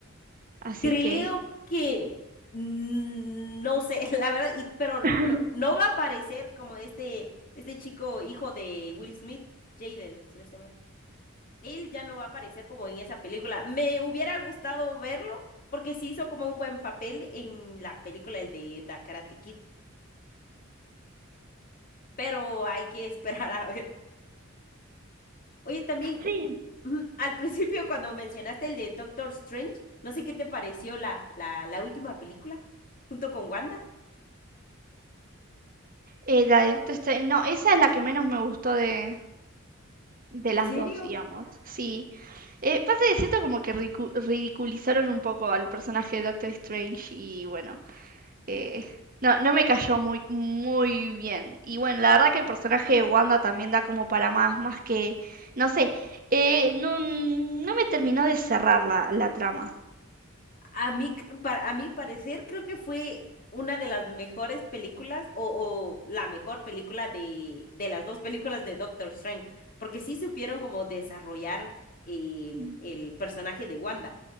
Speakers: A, on the right; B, on the left.
A: Así
B: Creo
A: que...
B: que mm, no sé, <laughs> la verdad, y, pero
A: <laughs>
B: lo- no va a aparecer como este, este chico hijo de Will Smith, Jaden, si no estoy mal. Él ya no va a aparecer como en esa película. Me hubiera gustado verlo porque sí hizo como un buen papel en la película, el de The Karate Kid, pero hay que <laughs> esperar a ver. Oye, también
A: Sí,
B: ujú, al principio cuando mencionaste el de Doctor Strange, no sé qué te pareció la, la, la última película junto con Wanda.
A: Eh, la de Doctor Strange- no, esa es la que menos me gustó de, de
B: ¿En
A: las
B: serio?
A: dos, digamos. Sí. Eh, pasa que siento como que ridicu- ridiculizaron un poco al personaje de Doctor Strange y bueno, eh, no, no me cayó muy, muy bien. Y bueno, la verdad que el personaje de Wanda también da como para más, más que, no sé, eh, no, no me terminó de cerrar la, la trama.
B: A mí, c- pa- a mi parecer, creo que fue una de las mejores películas o, o la mejor película de, de las dos películas de Doctor Strange, porque sí supieron como desarrollar em,
A: Mm,
B: el personaje de Wanda,